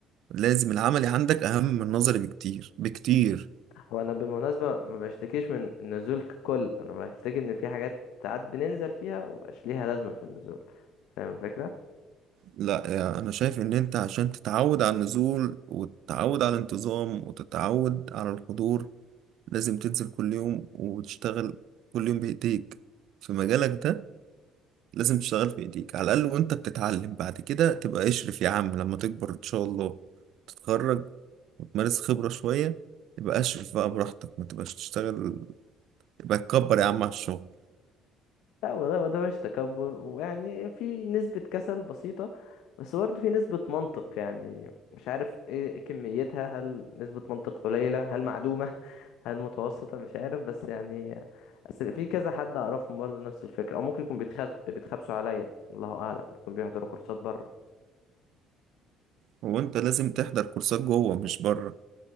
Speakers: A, on the right; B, on the left.
A: لازم العملي عندك اهم من النظري بكتير بكتير
B: هو أنا بالمناسبة ما بشتكيش من النزول ككل أنا بشتكي إن في حاجات ساعات بننزل فيها ومبقاش ليها لازمة في النزول فاهم الفكرة؟
A: لا يعني انا شايف ان انت عشان تتعود على النزول وتتعود على الانتظام وتتعود على الحضور لازم تنزل كل يوم وتشتغل كل يوم بايديك في مجالك ده لازم تشتغل بايديك على الاقل وانت بتتعلم بعد كده تبقى اشرف يا عم لما تكبر ان شاء الله تتخرج وتمارس خبرة شوية يبقى اشرف بقى براحتك ما تبقاش تشتغل يبقى تكبر يا عم على الشغل
B: لا وده وده مش تكبر ويعني في نسبة كسل بسيطة بس برضه في نسبة منطق يعني مش عارف ايه كميتها هل نسبة منطق قليلة هل معدومة <laughs> هل متوسطة مش عارف بس يعني أصل في كذا حد أعرفهم برضه نفس الفكرة أو ممكن يكون بيتخب بيتخبسوا عليا الله أعلم يكون بيحضروا كورسات بره
A: وانت لازم تحضر كورسات جوه مش بره